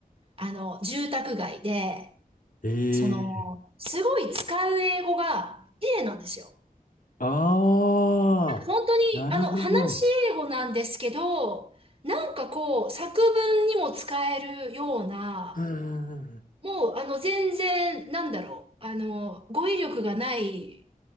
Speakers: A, on the right; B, on the left.
A: あの、住宅街で、
B: ええ
A: その、すごい使う英語が綺麗なんですよ。
B: ああー、
A: 本当に、
B: なるほど。
A: あの、話し英語なんですけど、なんかこう、作文にも使えるような、
B: うんうんうん
A: もう、あの、全然、なんだろう。あの、語彙力がない